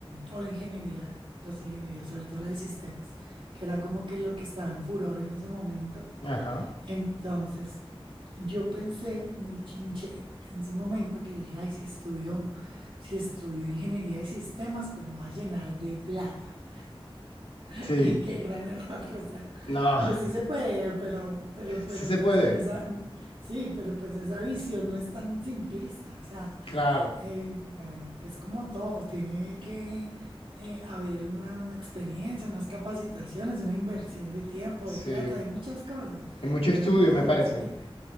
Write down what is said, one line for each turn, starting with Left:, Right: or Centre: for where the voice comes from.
Right: o la ingeniería, las ingenierías, sobre todo la de sistemas, que era como que lo que estaba en furor en ese momento.
Left: Ajá.
Right: Entonces, yo pensé muy chinche en su momento que dije, ay, si estudio, si estudio ingeniería de sistemas, pues me voy a llenar de plata. <laughs>
Left: Sí.
Right: Y qué gran error, o sea,
Left: No.
Right: pues sí se puede, pero, pero,
Left: <laughs>
Right: pero,
Left: Sí se
Right: pues
Left: puede.
Right: en esa, sí, pero pues esa visión no es tan simplista, o sea,
Left: Claro.
Right: eh, no, es como todo, tiene que eh, haber una, una experiencia, unas capacitaciones, una inversión de tiempo,
Left: Sí.
Right: de plata, hay muchas cosas
Left: Hay mucho
Right: que
Left: estudio,
Right: eso nadie
Left: me
Right: te
Left: parece.
Right: lo explica.